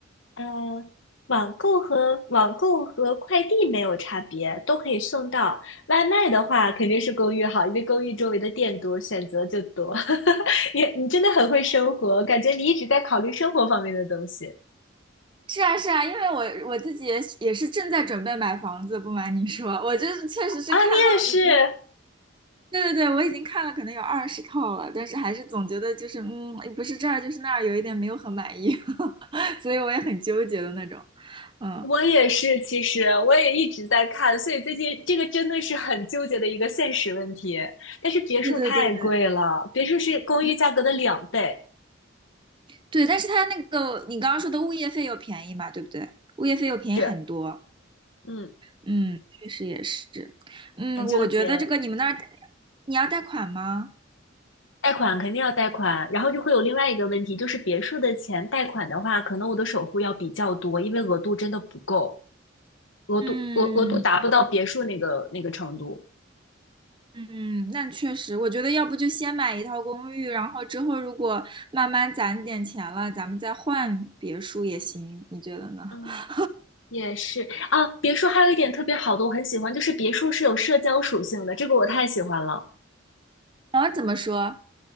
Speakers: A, on the left; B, on the right.
A: 嗯，网购和网购和快递没有差别，都可以送到。外卖的话，肯定是公寓好，因为公寓周围的店多，选择就多。<laughs> 你你真的很会生活，感觉你一直在考虑生活方面的东西
B: 是啊，是啊，因为我我自己也是也是正在准备买房子，不瞒你说，我就是确实是看了已经，
A: 啊！你也是，
B: 对对对，我已经看了可能有二十套了，但是还是总觉得就是嗯，不是这儿就是那儿，有一点没有很满意，<laughs> 所以我也很纠结的那种。嗯，
A: 我也是，其实我也一直在看，所以最近这个真的是很纠结的一个现实问题。但是别墅太贵了，
B: 对对对对，
A: 别墅是公寓价格的两倍，
B: 嗯对，但是它那个你刚刚说的物业费又便宜嘛，对不对？物业费又便宜很多。
A: 是，嗯，
B: 嗯，确实也是。嗯，
A: 很纠结。
B: 我觉得这个你们那儿你要贷款吗？
A: 贷款肯定要贷款，然后就会有另外一个问题，就是别墅的钱贷款的话，可能我的首付要比较多，因为额度真的不够，额度额额度达不到别墅那个那个程度。
B: 嗯嗯，那确实，我觉得要不就先买一套公寓，然后之后如果慢慢攒点钱了，咱们再换别墅也行，你觉得呢？
A: 嗯，
B: <laughs>
A: 也是啊，别墅还有一点特别好的，我很喜欢，就是别墅是有社交属性的，这个我太喜欢了。
B: 啊，怎么说？